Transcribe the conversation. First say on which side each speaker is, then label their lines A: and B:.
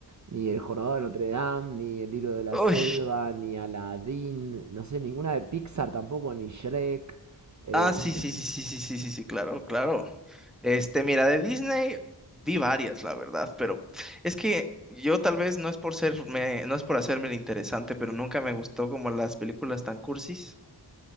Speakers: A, on the right (about 45°); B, in the centre.
A: Ni El Jorobado de Notre Dame, ni El Libro de la
B: Uy.
A: Selva, ni Aladdin, no sé, ninguna de Pixar tampoco, ni Shrek. Eh,
B: Ah, sí, sí, sí, sí, sí, sí, sí, sí, claro, claro. Este, mira, de Disney vi varias, la verdad, pero es que yo tal vez no es por ser, me- no es por hacerme el interesante, pero nunca me gustó como las películas tan cursis.